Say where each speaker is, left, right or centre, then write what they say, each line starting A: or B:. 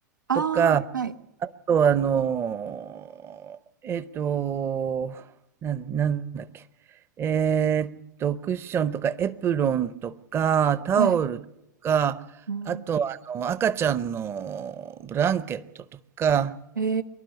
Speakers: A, on the right (about 85°); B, on the right (about 25°).
A: ああ、
B: とか、
A: はい。
B: と、あの、えっと、なん、なんだっけ。えーっと、クッションとかエプロンとか、タオルとか、
A: はい。うん。
B: あと、あの、赤ちゃんのブランケットとか、
A: え